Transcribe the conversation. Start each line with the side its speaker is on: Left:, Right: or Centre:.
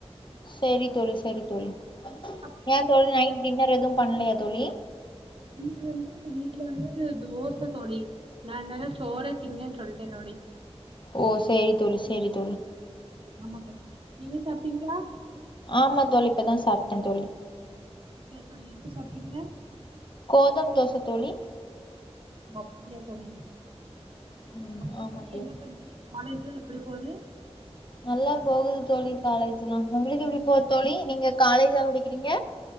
Left: செரி தோழி செரி தோழி
Right: நீங்க சாப்ட்டீங்களா
Left: ஏ தோழி நைட் டின்னர் எதுவும் பண்ணலையா தோழி
Right: நம்ம வந்து வீட்ல வந்து தோச தோழி நா என்னது சோரே திங்க சொல்டே தோழி
Left: ஓ செரி தோழி செரி தோழி
Right: ஆமா தோழி நீங்க சாப்ட்டீங்களா
Left: ஆமா தோழி இப்பதா சாப்டே தோழி
Right: அப்டியா ‌தோழி என்ன சாப்டிங்க
Left: கோதும் தோச தோழி
Right: அப்டியா தோழி
Left: ம்
Right: அப்டி
Left: ஆமா
Right: தோழி என்ன பண்றீங்க காலேஜ்ல எப்டி போது
Left: நல்லா போகுது தோழி காலேஜ்ல்லா உங்களுக்கு எப்டி போது தோழி நீங்க காலேஜா படிக்கிறீங்க